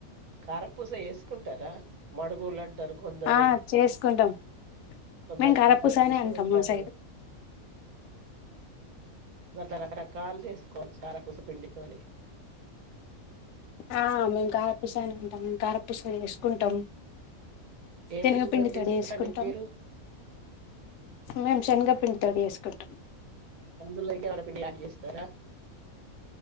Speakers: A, on the right (about 85°); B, on the left (about 65°).
A: కారపూస వేసుకుంటారా మడుగులు అంటారు కొందరు
B: ఆ చేసుకుంటాం
A: కొందరు
B: మేము కారపూస అనే అంటాం
A: అంటారు
B: మా సైడ్
A: దాంట్లో రకరకాలు చేసుకోవచ్చు కారపుస పిండితోని
B: ఆ మేము కారపూస అని అంటాం మేము కారపూస చేసుకుంటాం
A: ఏ
B: శనగపిండి
A: పిండితో చేసుకుంటారండి
B: తోటి వేసుకుంటాం
A: మీరు
B: మేము శనగ పిండితో చేసుకుంటం
A: అందులోఇంకా ఏమైనాపిండి యాడ్ చేస్తారా